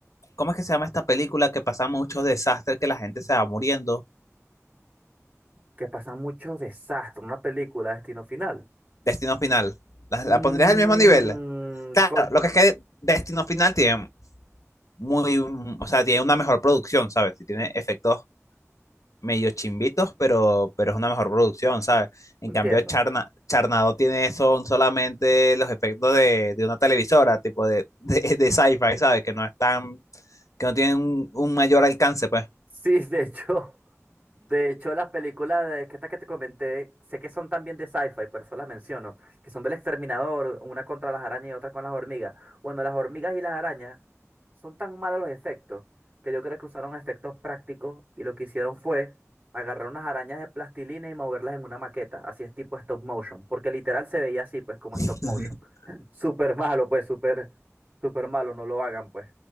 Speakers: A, on the left; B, on the right.
A: ¿cómo es que se llama esta película que pasa muchos desastres que la gente se va muriendo?
B: Que pasan muchos desastres, una película de destino final.
A: Destino Final. ¿La,
B: Mm,
A: la pondrías al mismo nivel? Claro,
B: con-
A: lo que es que Destino Final tiene muy, o sea, tiene una mejor producción, ¿sabes? Y tiene efectos medio chimbitos, pero, pero es una mejor producción, ¿sabes? En
B: entiendo.
A: cambio, Charna, Charnado tiene son solamente los efectos de, de una televisora, tipo de, <laughs> de, de sci-fi, ¿sabes? Que no es tan, que no tienen un, un mayor alcance, pues.
B: Sí, de hecho, De hecho, las películas de que estas que te comenté, sé que son también de sci-fi, por eso las menciono, que son del Exterminador, una contra las arañas y otra con las hormigas. Bueno, las hormigas y las arañas son tan malos los efectos que yo creo que usaron efectos prácticos y lo que hicieron fue agarrar unas arañas de plastilina y moverlas en una maqueta, así es tipo stop motion, porque literal se veía así, pues como
A: <laughs>
B: stop motion. <clears throat> <laughs> Súper malo, pues, súper, súper malo, no lo hagan, pues.